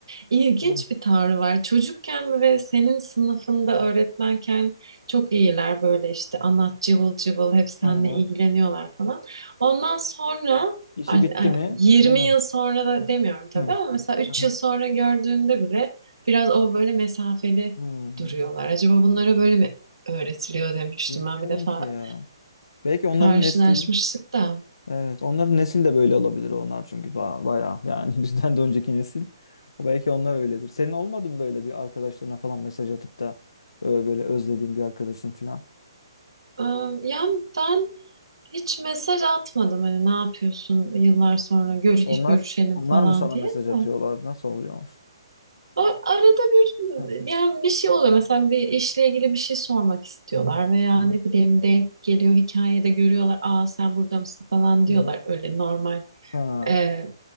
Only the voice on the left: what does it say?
Öyle.
Aha.
İşi
bitti
mi?
Öyle
mi?
Hı.
Aha.
Hı.
Bilmiyorum
ki ya. Belki onların
nesil.
Evet, onların nesil de böyle olabilir onlar çünkü ba- bayağı yani <laughs> bizden de önceki nesil. Belki onlar öyledir. Senin olmadı mı böyle bir arkadaşlarına falan mesaj atıp da e, böyle özlediğin bir arkadaşın falan?
Onlar
onlar
mı sana
mesaj
atıyorlar? Nasıl oluyor?
Hı
hı hı.
hı
hı.
Ha.